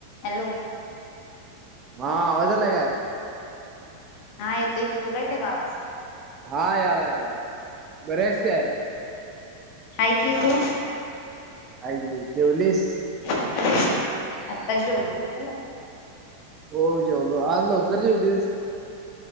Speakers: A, on the left (about 45°); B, on the right (about 25°).
A: हॅलो.
B: हा आवाज आलाय काय?
A: हा येतोय की तुला येतं का आवाज?
B: हा यायला यायला बरे आहेसं काय?
A: हाय की तू?
B: काय गं जेवलीस?
A: आताच जेवलो तुझा झाला?
B: हो जेवलो आज लवकर जेवलीस?